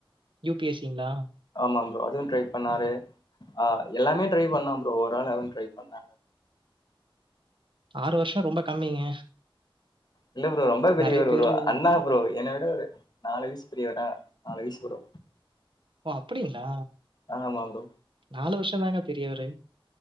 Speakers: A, on the right (about 65°); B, on the left (about 50°).
A: யூ பி எஸ்சிங்களா
B: ஆமா ப்ரோ அதுவு ட்ரை பண்ணாரு ஆ எல்லாமே ட்ரை பண்ணா ப்ரோ ஒரு வேல் அவனு ட்ரை பண்ணா
A: ஆறு வருஷோ ரொம்ப கம்மிங்க
B: இல்ல ப்ரோ ரொம்ப பெரியவர்
A: நிறைய பேரு
B: ஒரு அண்ணா ப்ரோ என்னை விட ஒரு நாலு வயசு பெரியவரா நாலுவயிசு ப்ரோ
A: ஓ அப்படிங்கிளா
B: ஆமா ப்ரோ
A: நாலு வருஷோ தாங்க பெரியவரு